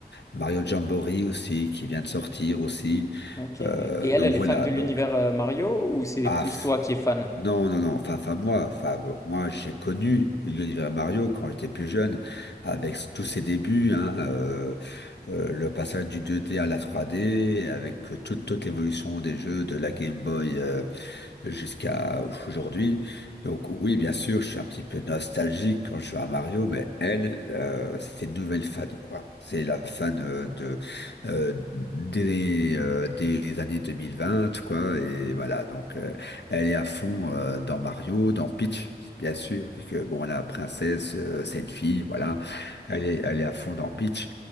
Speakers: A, on the left; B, on the left.
A: Mario Jamboree aussi, qui vient de sortir aussi.
B: Ok. Et
A: Euh,
B: elle,
A: donc
B: elle
A: voilà,
B: est fan de
A: donc...
B: l'univers euh, Mario ou c'est
A: Ah,
B: plus
A: f-
B: toi qui es fan?
A: non, non, non. Enfin, enfin moi, enfin moi, j'ai connu l'univers Mario quand j'étais plus jeune, avec s- tous ses débuts, hein, euh, euh, le passage du 2D à la 3D, avec euh, toute, toute l'évolution des jeux de la Game Boy. euh, jusqu'à aujourd'hui. Donc oui, bien sûr, je suis un petit peu nostalgique quand je joue à Mario, mais elle, euh, c'est une nouvelle fan, quoi. C'est la fan euh, de euh, des, euh, des années 2020, quoi. Et voilà, donc euh, elle est à fond euh, dans Mario, dans Peach. Bien sûr, vu que bon, la princesse, euh, c'est une fille, voilà, elle est, elle est à fond dans Peach.